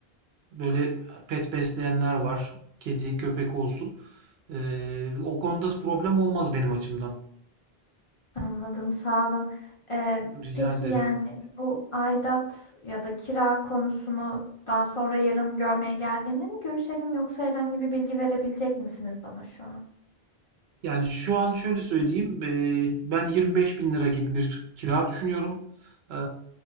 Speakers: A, on the right; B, on the left.
A: böyle pet besleyenler var. Kedi, köpek olsun. Ee, o konuda problem olmaz benim açımdan.
B: Anladım, sağ olun. Ee,
A: Rica
B: peki
A: ederim.
B: yani bu aidat ya da kira konusunu daha sonra yarın görmeye geldiğimde mi görüşelim yoksa herhangi bir bilgi verebilecek misiniz bana şu an?
A: Yani şu an şöyle söyleyeyim, eee, ben 25 bin lira gibi bir kira düşünüyorum. Eee,